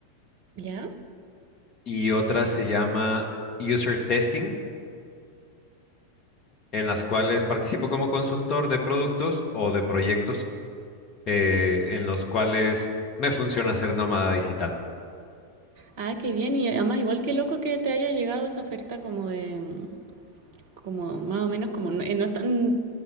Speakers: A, on the right; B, on the left.
A: Ya.
B: y otra se llama User Testing, en las cuales participo como consultor de productos o de proyectos eh, en los cuales me funciona ser nómada digital.
A: Ah, qué bien. Y además, igual que loco que te haya llegado esa oferta como de, mm, como más o menos como no, eh, no es tan,